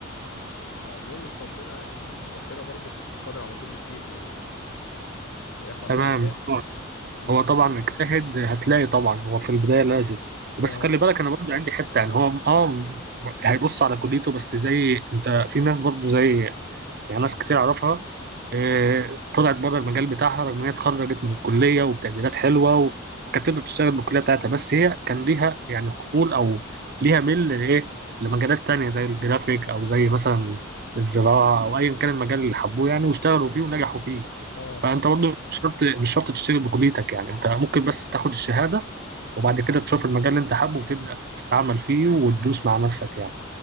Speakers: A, on the left; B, on the right.
A: ما اظنش ربنا يعني ربنا برضو قادر على كل شيء و... ويفعل
B: تمام
A: ما يشاء امم
B: هو طبعا اجتهد هتلاقي طبعا هو في البداية لازم بس
A: اه
B: خلي بالك انا برضه عندي حتة يعني هو اه هيبص على كليته بس زي انت في ناس برضه زي يعني ناس كتير اعرفها آه، طلعت بره المجال بتاعها رغم ان هي اتخرجت من الكلية وبتقديرات حلوة و- وكانت تقدر تشتغل بالكلية بتاعتها بس هي كان
A: امم
B: ليها يعني قبول او ليها ميل لايه لمجالات تانية زي الجرافيك او زي مثلا الزراعة او ايا كان المجال اللي حبوه يعني واشتغلوا فيه ونجحوا فيه
A: اه
B: فانت برضو مش شرط مش شرط تشتغل بكليتك يعني انت ممكن بس تاخد الشهاده وبعد كده تشوف المجال اللي انت حابه وتبدا تتعامل فيه وتدوس مع نفسك يعني